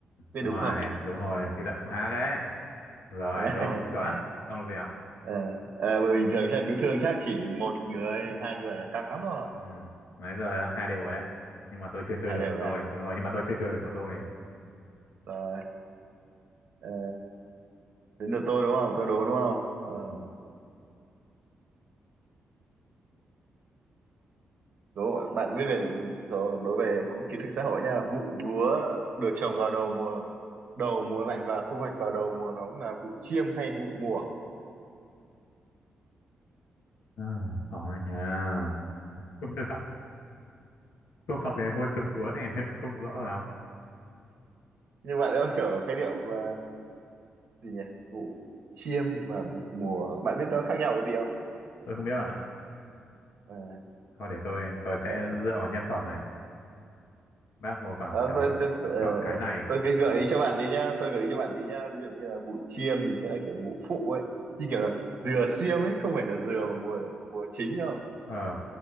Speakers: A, on the right; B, on the left.
A: Biết
B: đúng
A: đúng
B: rồi
A: không?
B: đúng rồi suy luận cũng ác đấy rồi
A: <laughs>
B: đúng chuẩn ông được điểm
A: Ờ, ờ, bởi bình thường xe cứu thương chắc chỉ một người, hai người là căng lắm rồi.
B: ừ nãy giờ là hai đều rồi đấy nhưng mà tôi chưa chơi
A: Hai
B: được
A: đều
B: của
A: là.
B: tôi đúng rồi nhưng mà tôi chưa chơi được của tôi
A: Rồi, ờ, đến lượt tôi đúng không? Tôi đố đúng không? Ờ,
B: ừ.
A: Đúng không ạ? Bạn viết về đó- đối về cũng kiến thức xã hội nha. Vụ lúa được trồng vào đầu mùa đầu mùa lạnh và thu hoạch vào đầu mùa nóng là vụ chiêm hay vụ mùa?
B: à, có đấy nhá Không biết lại. Không học về môn trồng lúa này nên không rõ lắm.
A: Nhưng bạn ơi kiểu khái niệm mà gì nhỉ? Vụ chiêm và vụ mùa. Bạn biết nó khác nhau cái gì không?
B: Tôi không biết bạn ạ.
A: À,
B: Thôi để tôi tôi
A: ờ,
B: sẽ dựa vào nhân phẩm này. Bác Hồ bảo
A: không,
B: cháu
A: tôi tôi, ờ,
B: chọn cái này.
A: tôi cái gợi ý cho bạn tí nhá, tôi gợi ý cho bạn tí nhá. Ví dụ như là vụ chiêm thì sẽ là kiểu vụ phụ ấy, như kiểu là dừa xiêm ấy, không phải là dừa mà mùa mùa chính đâu.
B: Ờ,